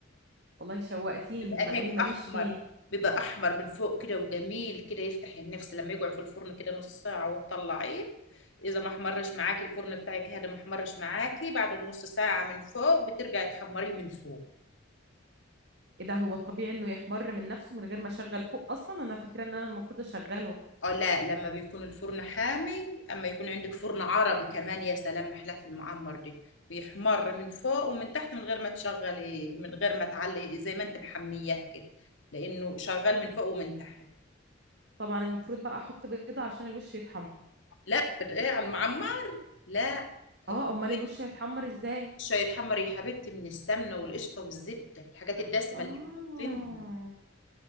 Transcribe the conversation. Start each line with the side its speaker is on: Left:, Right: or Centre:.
Right: والله شوقتيني
Left: بيبقى
Right: مع
Left: هيك
Right: اني ماليش
Left: احمر
Right: فيه
Left: بيبقى احمر من فوق كده وجميل كده يفتح النفس لما يقعد في الفرن كده نص ساعة وتطلعيه اذا ما احمرش معاكي الفرن بتاعك هذا ما احمرش معاكي بعد النص ساعة من فوق بترجعي تحمريه من فوق
Right: ايه ده هو الطبيعي انه يحمر من نفسه من غير ما اشغل فوق اصلا انا فاكره ان انا المفروض اشغله
Left: اه لا لما بيكون الفرن حامي اما يكون عندك فرن عربي كمان يا سلام محلاه في المعمر دي بيحمر من فوق ومن تحت من غير ما تشغلي من غير ما تعلي زي ما انت محمياه كده لانه شغال من فوق ومن تحت
Right: طبعا المفروض بقى احط بيضه عشان الوش يتحمر
Left: لا بتقلي على المعمر لا حطي
Right: اه امال الوش هيتحمر ازاي
Left: شويه حمر يا حبيبتي من السمنه والقشطه والزبده الحاجات الدسمه
Right: اه
Left: اللي احنا حاطينها